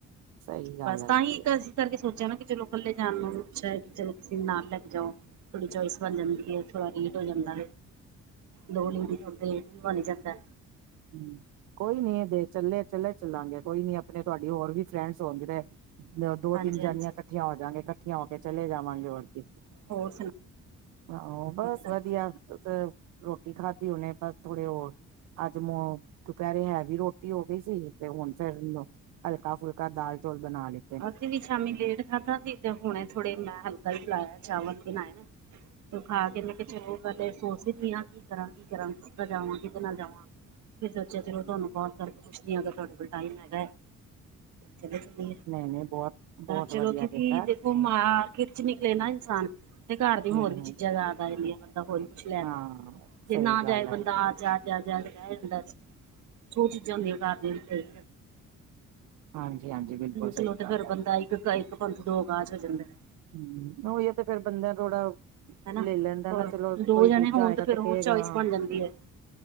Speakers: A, on the right (about 85°); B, on the right (about 70°).
A: ਸਹੀ ਗੱਲ
B: ਬਸ
A: ਹੈਗੀ
B: ਤਾਂ ਹੀ ਇੱਕ
A: ਹੈ।
B: ਅਸੀਂ ਕਰਕੇ ਸੋਚਿਆ ਨਾ ਕਿ, ਚਲੋ ਇਕੱਲੇ ਜਾਣ ਨੂੰ ਅੱਛਾ ਹੈ ਕਿ, ਜਸ ਕਿਸੇ ਨੁੰ ਨਾਲ ਲੈਕੇ ਜਾਓ। ਥੋੜ੍ਹੀ ਚੌਈਸ ਬਣ ਜਾਂਦੀ ਹੈ, ਥੋੜਾ ਰੇਟ ਹੋ ਜਾਂਦਾ। ਦੋ ਲੇਡੀਜ਼ ਹੋਣ ਤੇ, ਬਣ ਹੀ ਜਾਂਦਾ।
A: ਹੁੰ ਕੋਈ ਨੀ ਦੇ ਚੱਲੇ-ਚੱਲੇ ਚੱਲਾਂਗੇ, ਕੋਈ ਨੀ ਆਪਣੇ ਤੁਹਾਡੀ ਹੋਰ ਵੀ ਫਰੈਂਡਸ ਹੋਣਗੇ ਤੇ ਦੋ-ਤਿੰਨ
B: ਹਾਂਜੀ
A: ਜਣੀਆਂ
B: ਹਾਂਜੀ
A: ਇਕੱਠੀਆਂ ਹੋ ਜਾਂਗੇ, ਇਕੱਠੀਆਂ ਹੋਕੇ ਚਲੇ ਜਾਵਾਂਗੇ ਹੋਰ ਕੀ।
B: ਹੋਰ
A: ਆਹ
B: ਸੁਣਾਓ
A: ਬਸ ਵਧੀਆ, ਤ ਟੀ ਖਾਦੀ ਹੁਣੇ ਬਸ, ਥੋੜੇ ਹੋਰ ਅੱਜ ਮੋ, ਦੁਪਹਿਰੇ ਹੈਵੀ ਰੋਟੀ ਹੋ ਗਈ ਸੀ, ਤੇ ਹੁਣ ਫਿਰ ਹਲਕਾ-ਫੁਲਕਾ ਦਾਲ, ਚੌਲ ਬਣਾਲੇ।
B: ਅਸੀ ਵੀ ਸ਼ਾਮੀ ਲੇਟ ਖਾਧਾ ਸੀ, ਤੇ ਹੁਣੇ ਥੋੜੇ ਮੈਂ ਹਲਕਾ ਹੀ ਲਾਇਆ ਚਾਵਲ ਬਣਾਏਆ। ਤੋ ਖਾਕੇ ਮੈ ਕਿਹਾ ਚਲੋ, ਪਹਿਲੇ ਸੋਚ ਦੀ ਪੲਈਂ ਆਂ, ਕੀ ਕਰਾਂ, ਕੀ ਕਰਾਂ, ਕਿਸ ਦਾ ਜਾਵਾਂ, ਕਿਹਦੇ ਨਾਲ ਜਾਵਾਂ। ਫਿਰ ਸੋਚਿਆ ਚਲੋ, ਤੁਹਾਨੂੰ ਕੌਲ ਕਰਕੇ ਪੁੱਛਦੀ ਹਾਂ, ਅਗਰ ਤੁਹਾਡੇ ਕੋਲ ਟਾਈਮ ਹੈਗਾ ਹੈ। ਚਲੋ, ਚੱਲੀਏ।
A: ਨਹੀਂ-ਨਹੀਂ ਬਹੁਤ ਬਹੁਤ
B: ਚਲੋ
A: ਵਧੀਆ
B: ਕਿਂਉਕੀ
A: ਕੀਤਾ
B: ਦੇਖੋ, 'ਮਾਂ' ਕੀ'ਚ ਨਿਕਲੇ ਨਾ ਇਨਸਾਨ। ਤੇ ਘਰ ਦੀਆ,
A: ਹਮ
B: ਹੋਰ ਵੀ
A: ਹਮ
B: ਚੀਜ਼ਾਂ ਯਾਦ ਆ ਜਾਂਦੀਆ ਬੰਦਾ ਹੋਰ ਵੀ ਕੁਝ ਲੈਣਦਾ,
A: ਹਾਂ ਸਹੀ
B: ਜੇ ਨਾ
A: ਗੱਲ
B: ਜਾਏ
A: ਹੈ
B: ਬੰਦਾ ਆ ਜਾ ਜਾਦ-ਜਾਦ ਐ ਹੁੰਦਾ ਸੀ, ਜੋ ਚੀਜ਼ਾਂ ਹੁੰਦੀਆਂ ਕਰ ਦਿਂਦੀ
A: ਹਾਂਜੀ-ਹਾਂਜੀ, ਬਿਲਕੁਲ
B: ਇਕਲੋਤੇ
A: ਸਹੀ ਗੱਲ
B: ਫਿਰ
A: ਹੈ।
B: ਬੰਦਾ ਇੱਕ ਇੱਕ ਪੰਥ, ਦੋ ਕਾਜ ਹੋ ਜਾਂਦੇ ਨੇ।
A: ਹੁੰ, ਉਹੀ ਆ ਤੇ ਫੇਰ ਬੰਦਾ ਥੋੜਾ
B: ਹੈਨਾ।
A: ਲੈ ਲੈਂਦਾ
B: ਹੋਰ,
A: ਨਾ ਚਲੋ
B: ਦੋ
A: ਕੋਈ
B: ਜਣੇ
A: ਦੂਜਾ
B: ਹੋਣ
A: ਆਏਗਾ
B: ਤੇ ਫਿਰ ਹੋਰ
A: ਕਹੇਗਾ
B: ਚੌਇਸ
A: ਹਾਂ
B: ਬਣ ਜਾਂਦੀ ਏ।